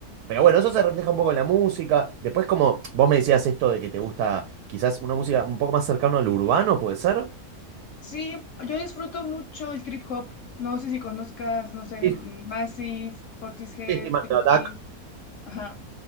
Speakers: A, on the right; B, on the left.
A: pero bueno, eso se refleja un poco en la música. Después, como vos me decías esto de que te gusta quizás una música un poco más cercana a lo urbano, ¿puede ser?
B: Sí, yo disfruto mucho el trip hop, no sé si conozcas, no sé,
A: Sí,
B: mm,
A: sí,
B: Massive, Portishead,
A: sí, sí, Massive
B: Tricky,
A: Attack.
B: ajá,